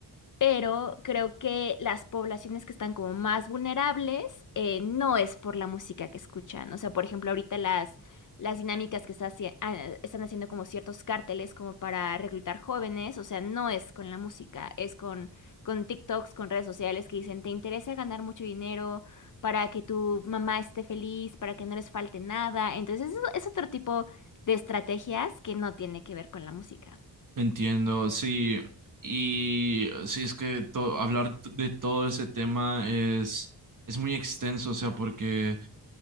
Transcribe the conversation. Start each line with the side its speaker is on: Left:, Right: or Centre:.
Left: pero creo que las poblaciones que están como más vulnerables eh, no es por la música que escuchan. O sea, por ejemplo, ahorita las, las dinámicas que está haci- ah, están haciendo como ciertos cárteles como para reclutar jóvenes, o sea, no es con la música, es con, con TikToks, con redes sociales que dicen, ¿te interesa ganar mucho dinero para que tu mamá esté feliz, para que no les falte nada? Entonces, eso es otro tipo de estrategias que no tiene que ver con la música.
Right: Entiendo, sí. Y sí, es que to- hablar de todo ese tema es, es muy extenso, o sea, porque